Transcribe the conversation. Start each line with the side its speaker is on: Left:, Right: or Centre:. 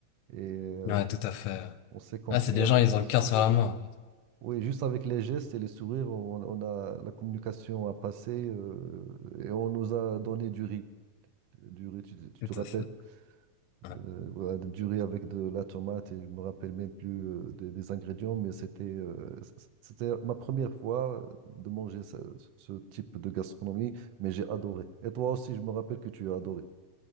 Right: Et euh,
Left: Ouais, tout à fait.
Right: on s'est compris
Left: Ah, c'est des
Right: avec
Left: gens, ils
Right: des
Left: ont le
Right: sourires.
Left: cœur sur la main. en fait.
Right: Oui, juste avec les gestes et les sourires, on, on a la communication à passer euh, et on nous a donné du riz. Du riz, tu, te tu
Left: Tout
Right: te rappelles?
Left: à fait. Ouais.
Right: Euh, voilà, du riz avec de la tomate et je me rappelle même plus euh, des, des ingrédients, mais c'était euh, c- c- c'était ma première fois euh, de manger ce, ce type de gastronomie, mais j'ai adoré. Et toi aussi, je me rappelle que tu as adoré.